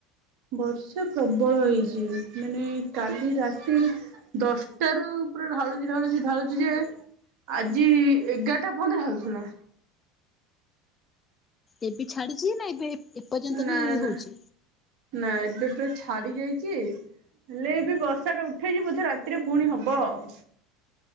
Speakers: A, on the right (about 50°); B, on the left (about 25°).
A: ବର୍ଷା ପ୍ରବଳ ହେଇଛି ମାନେ କାଲି ରାତି ଦଶଟାରୁ ପୁରା ଢାଳୁଛି ଢାଳୁଛି ଢାଳୁଛି ଯେ ଆଜି ଏଗାରଟା ପନ୍ଦ ହେଉଥିଲା।
B: ଏବେ ଛାଡିଛି ନା ଏବେ ଏପର୍ଯ୍ୟନ୍ତ
A: ନା
B: ବି ହଉଛି?
A: ନା ନା ଏବେ ପା ଛାଡି ଯାଇଛି। ଚି ଲେଏବି ବର୍ଷାଟା ଉଠେଇଚି ବୋଧେ ରାତିରେ ପୁଣି ହବ ଆଉ।